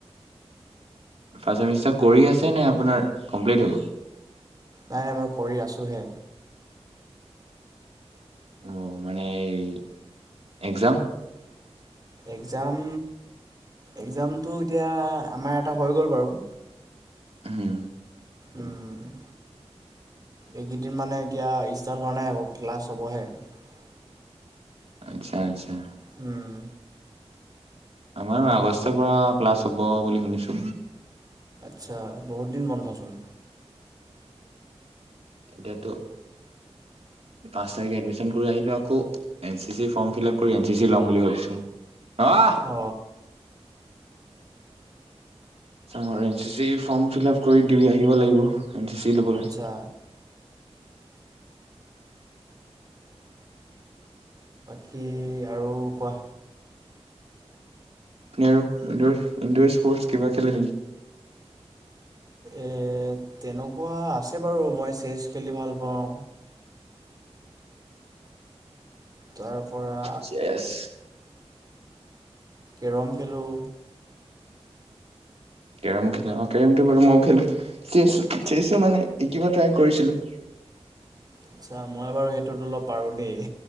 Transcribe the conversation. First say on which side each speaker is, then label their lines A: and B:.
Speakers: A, on the right; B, on the right.
A: ফাৰ্ষ্ট ছেমিষ্টাৰ কৰি আছে নে আপোনাৰ কমপ্লিট হৈ গ'ল?
B: নাই নাই মই কৰি আছোহে।
A: অ মানে এই একজাম?
B: একজাম এক্জামটো এতিয়া আমাৰ এটা হৈ গ'ল বাৰু
A: হ'ম
B: উ'ম এইকেইদিন মানে এতিয়া ষ্টাৰ্ট হোৱা নাই আকৌ ক্লাছ হ'বহে আৰু
A: আচ্ছা আচ্ছা
B: উ'ম
A: আমাৰ আগষ্টৰ পৰা ক্লাছ হব বুলি শুনিছো
B: আচ্ছা বহুত দিন বন্ধচোন।
A: এতিয়াতো পাঁচ তাৰিখে এডমিচন কৰি আহিলো আকৌ N C C form fill up কৰি এন চি চি ল'ম বুলি ভাবিছোঁ। আহ
B: অ
A: <unintelligible> N C C form fill up কৰি দি আহিব লাগিব। এন চি চি লবলে।
B: আচ্ছা কি আৰু কোৱা?
A: আৰু ইনডৰ স্পৰ্টছ কিবা খেলে নেকি?
B: এ তেনেকুৱা আছে বাৰু মই চেচ খেলি ভাল পাওঁ। তাৰ পৰা
A: চেচ।
B: কেৰম খেলোঁ
A: কেৰম খেলেন কেৰমটো বাৰু মইও খেলো। চ চেচু মানে শিকিব টাই কৰিছিলো
B: আচছা মই বাৰু সেইটোত অলপ পাৰো দেই।